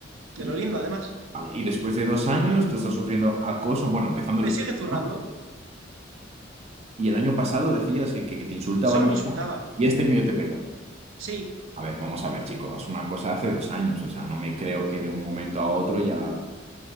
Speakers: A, on the right; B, on the right.
A: de
B: y,
A: lo lindo además.
B: vale, y después de dos años tú estás sufriendo acoso, bueno, empezando
A: me
B: el...
A: sigue zurrando.
B: ¿no? Y el año pasado decías que, que- que te insultaban
A: Solo me insultaba.
B: y este año yo te pego.
A: Sí,
B: A ver, vamos a ver, chicos, es una cosa de hace dos años, o sea, no me creo que de un momento a otro ya...